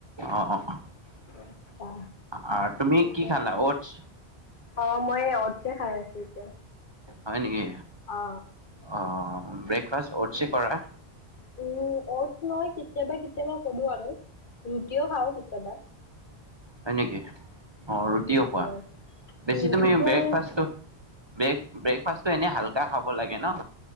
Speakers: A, on the right; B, on the left.
A: অ অ'
B: আচ্ছা
A: আৰু তুমি
B: এতিয়া
A: কি খালা ওটচ্
B: অ মই অটচ্ য়ে খাই আছো এতিয়া।
A: হয় নেকি?
B: অ
A: অ ব্ৰেকফাষ্ট অতচে কৰা
B: উম অতচ নহয় কেতিয়াবা কেতিয়াবা কৰো আৰু ৰুটিও খাওঁ কেতিয়াবা
A: হয় নেকি অ ৰুটিও
B: উম
A: খোৱা
B: হয়
A: বেছি
B: উম
A: তুমি
B: এতিয়া
A: ব্ৰেকফাষ্টটো ব্ৰে ব্ৰেকফাষ্টটো এনেই হালকা খাব লাগে ন